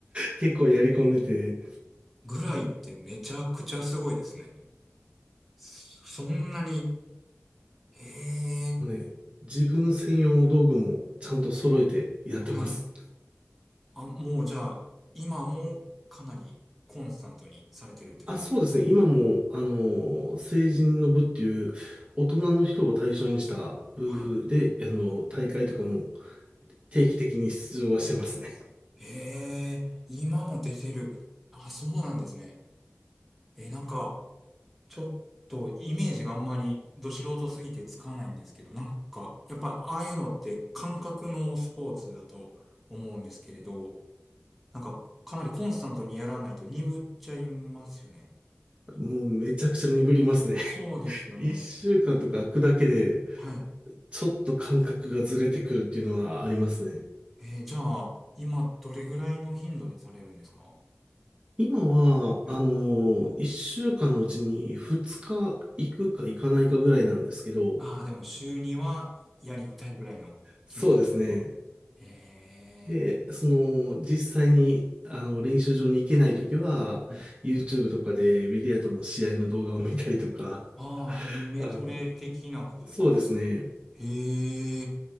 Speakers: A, on the right (about 30°); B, in the centre.
A: 結構やり込んでて、
B: ぐらいってめちゃくちゃすごいですね。そそんなに、へえ、
A: もうね、自分専用の道具もちゃんと揃えてやってます。
B: はい。あ、もうじゃあ、今もかなりコンスタントにされてるって感じ。
A: あ、そうですね。今も、あの、成人の部っていう、大人の人を対象にした部で、
B: はい。
A: あの、大会とかも定期的に出場はしてますね。
B: へえ、今も出てる。あ、そうなんですね。え、なんか、ちょっとイメージがあんまりど素人すぎてつかないんですけど、なんか、やっぱああいうのって感覚のスポーツだと思うんですけれど、なんか、かなりコンスタントにやらないと鈍っちゃいますよね。
A: もうめちゃくちゃ鈍りますね。<laughs>
B: そうですよね。
A: 一週間とか空くだけで、
B: はい。
A: ちょっと感覚がずれてくるっていうのはありますね。
B: えーじゃあ、今どれぐらいの頻度でされるんですか
A: 今は、
B: はい。
A: あの、一週間のうちに二日行くか行かないかぐらいなんですけど、
B: ああ、でも週にはやりたいぐらいの気持ち的には。
A: そうですね。
B: ええ。
A: で、その、実際に、あの、練習場に行けないときは、
B: はい
A: YouTube とかでビリヤードの試合の動画を見たりとか、
B: ああ、
A: <laughs>
B: イメトレ的なことですか。
A: あの、そうですね。
B: へえ。